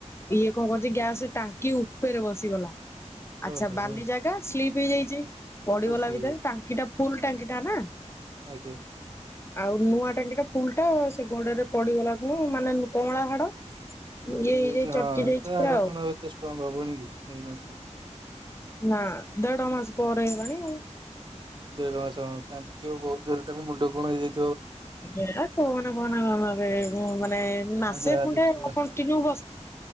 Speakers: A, on the left; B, on the right.
A: ଇଏ କଣ କରୁଛି, ଗ୍ୟାସ ଟାଙ୍କି ଉପେରେ ବସିଗଲା। ଆଚ୍ଛା
B: ଓହୋ
A: ବାଲି ଜାଗା। ହେଇ ଯାଇଛି, ପଡିଗଲା
B: ଖସି ହେଇଯାଇଛି
A: ଭିତରେ ଟାଙ୍କି ଟା ଫୁଲ ଟାଙ୍କି ଟା ନା?
B: ଆଜ୍ଞା।
A: ଆଉ ନୂଆ ଟାଙ୍କିଟା ଫୁଲ ଟା, ସେ ଗୋଡରେ ପଡିଗଲା କ୍ଷେନୁ, ମାନେ କଁଳା ହାଡ।
B: ଭାଙ୍ଗି
A: ଇଏ
B: ଯାଇଛି,
A: ହେଇଯାଇ
B: ହଁ
A: ଚଟକି ଯାଇଛି
B: ତ ହାଡ଼
A: ପୁରା
B: କଣ ଆଉ ଏତେ ଷ୍ଟ୍ରଙ୍ଗ ହବନି କି? ହେଇନଥିବ?
A: ନା ଦେଢ ମାସ ପରେ ହେଇଲାଣି।
B: ଦେଢ ମାସ। ହଁ ତାଙ୍କିଆ ବହୁତ ଜୋରରେ ତାଙ୍କ ମୁଣ୍ଡ କଣ ହେଇଯାଇ
A: ଏରା କହନା କହନା ମାମା ବେ,
B: ଆଉ
A: ମାନେ ମାସେ
B: ଯାହାହେଲେ
A: ଖଣ୍ଡେ
B: ଛୁଆ
A: କଣ୍ଟିନିଉ